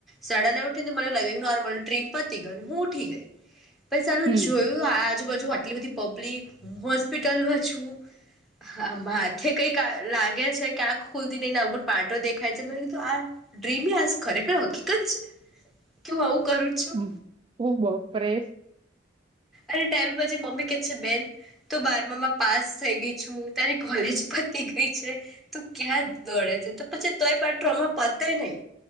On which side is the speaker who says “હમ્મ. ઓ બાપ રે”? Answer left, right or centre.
Right